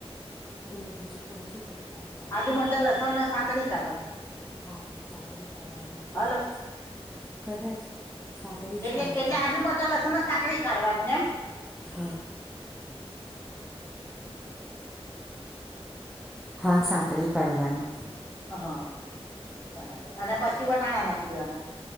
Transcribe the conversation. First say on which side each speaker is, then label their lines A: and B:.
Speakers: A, in the centre; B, on the left.
A: બોલો બીજું કહ શું કરતા હતા?
B: આદુ, મરચા, લસણ ને સાતળ કાઢવાનું.
A: હા સાાકરી કાઢવાનું કદાચ
B: હલો
A: કદાચ સાતળી જ
B: એટલે
A: કાઢવાનું
B: એટલે આજુ મોટા લસણને સાંકળી કાઢવાની એમ.
A: હા. હા સાતળી કાઢવાનું.
B: હા બરાબર અને પછી
A: એટલે
B: વટાણા નાખી દેવાના.